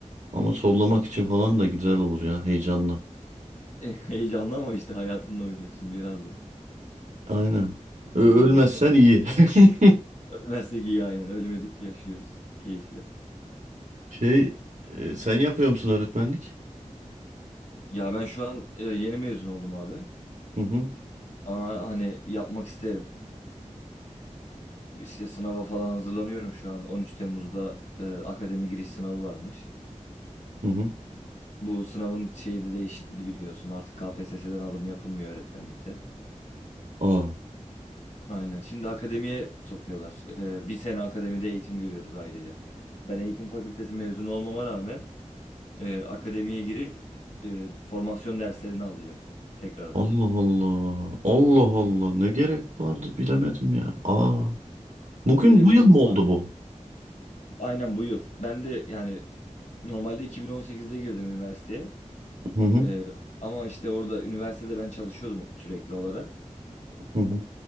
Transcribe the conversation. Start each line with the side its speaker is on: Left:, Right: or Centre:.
Right: Ama sollamak için falan da güzel olur ya. heyecanla.
Left: E, heyecanlı ama işte hayatınla oynuyorsun biraz da.
Right: Aynen. Ö-
Left: Bu durum
Right: ölmezsen
Left: oluyor.
Right: iyi. <laughs>
Left: Ölmezsek iyi aynen. Ölmedik, yaşıyoruz. Keyifli.
Right: Şey, e, sen yapıyor musun öğretmenlik?
Left: Ya ben şu an e, yeni mezun oldum abi.
Right: Hı hı.
Left: Ama hani yapmak isterim. İşte sınava falan hazırlanıyorum şu an. 13 Temmuz'da e, akademi giriş sınavı varmış.
Right: Hı hı.
Left: Bu sınavın şeyi de değişti biliyorsun. Artık KPSS'den alım yapılmıyor öğretmenlikte.
Right: Aa.
Left: Aynen. Şimdi akademiye sokuyorlar. E, bir sene akademide eğitim görüyoruz ayrıca. Ben eğitim fakültesi mezunu olmama rağmen e, akademiye girip e, formasyon derslerini alacağım tekrardan.
Right: Allah Allah. Allah Allah. Ne gerek vardı bilemedim ya. Aa. Bugün
Left: Öyle
Right: bu
Left: bir
Right: yıl
Left: durum
Right: mı oldu bu?
Left: Aynen bu yıl. Ben de yani normalde 2018'de girdim üniversiteye.
Right: Hı hı.
Left: Ee, ama işte orada üniversitede ben çalışıyordum sürekli olarak.
Right: Hı hı.